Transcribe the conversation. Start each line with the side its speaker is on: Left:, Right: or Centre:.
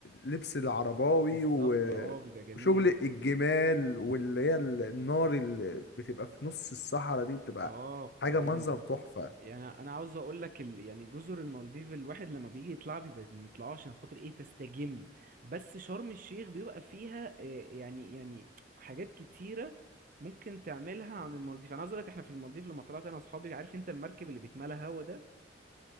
Left: لبس العرباوي
Right: بالظبط
Left: و...
Right: اه بيبقى جميل
Left: وشغل الجمال واللي هي ال- النار اللي بتبقى في نص الصحراء دي بتبقى
Right: اه بتبقى
Left: حاجه
Right: جامده
Left: منظر تحفه
Right: يعني انا عاوز اقول لك ال... يعني جزر المالديف الواحد لما بيجي يطلع بيبقى ما بيطلعوش عشان خاطر ايه تستجم بس شرم الشيخ بيبقى فيها آه، يعني يعني حاجات كتيره ممكن تعملها عن المالديف انا عاوز اقول لك احنا في المالديف لما طلعت انا واصحابي عارف انت المركب اللي بيتملى هوا ده